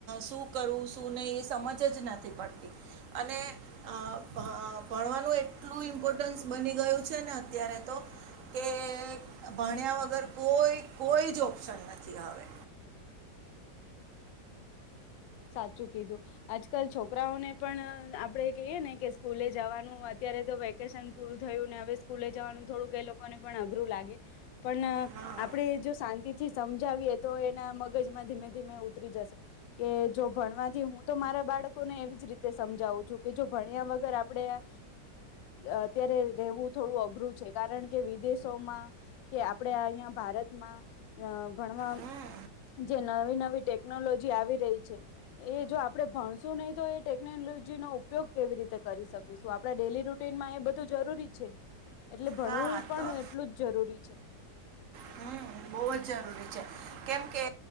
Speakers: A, on the right; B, on the left.
A: શું કરું શું નહી એ સમજ જ નથી પડતી અને અ, ભ- એટલું ઇમ્પોર્ટન્સ બની ગયું છે ને અત્યારે તો કે ભણ્યા વગર કોઈ કોઈ જ ઓપ્શન નથી હવે
B: હમ સાચું કીધું આજકાલ છોકરાઓને પણ આપડે કહીએ ને કે સ્કૂલે જવાનું અત્યારે તો વેકેશન પૂરું થયું ને હવે સ્કૂલે જવાનું થોડુંક એ લોકોને પણ અઘરું લાગે પણ
A: હા
B: આપણેે જો શાંતિથી સમજાવીએ તો એના મગજમાં ધીમે ધીમે ઉતરી જશે કે જો ભણવાથી હું તો મારા બાળકોને એવી જ રીતે સમજાવું છું કે જો ભણ્યા વગર આપડે અ અત્યારે રહેવું થોડું અઘરું છે કારણ કે વિદેશોમાં કે આપણેે અહિયાયા ભારતમાં ભણવા
A: હમ હમ
B: જે નવી નવી ટેકનોલોજી આવી રહી છે એ જો આપડણે ભણશું નહી તો એ ટેકનોલોજી નો ઉપયોગ કેવી રીતે કરી શકે આપડા ડેલી રૂટીનમાં એ બધું જરૂરી છે એટલે ભણવું
A: હા
B: પણ
A: તો
B: એટલું જ જરૂરી છે
A: હમ બહુ જ જરૂરી છે કેમ કે